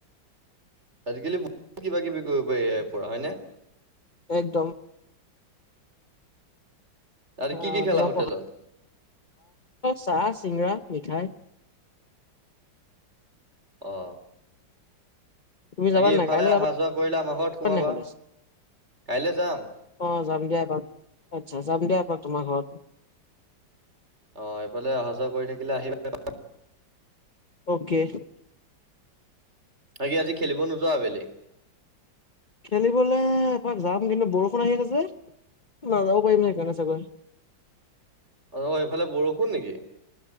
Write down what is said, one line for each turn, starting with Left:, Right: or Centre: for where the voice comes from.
Right: আজিকালি বহুত কিবা কিবি কৰিব পাৰি ইয়াৰ পৰা হয় ন
Left: একদম
Right: আৰু
Left: অ
Right: কি কি খেলা
Left: তোমাৰ
Right: হোটেলত?
Left: প চাহ চিঙৰা মিঠাই
Right: অ
Left: তুমি
Right: লাকি
Left: যাবা নাই
Right: ইফালে
Left: কাইলৈ
Right: অহা
Left: যাবা
Right: যোৱা কৰিলা আমাৰ ঘৰত সোমাবা
Left: নাই কলেজ
Right: কাইলৈ যাম
Left: অ যাম দিয়াপাক আচ্ছা যাম দিয়াপাক তোমাৰ ঘৰত
Right: অ এইফালে অহা যোৱা কৰি থাকিলে আহিবা
Left: অ'কে
Right: আগিে আজি খেলিব নোযোৱা আবেলি
Left: খেলিবলে এপাক যাম কিন্তু বৰষুণ আহি আছে যে নাযাব পাৰিম ন সেইকাৰণে চাগৈ
Right: অ সেইফালে বৰষুণ নেকি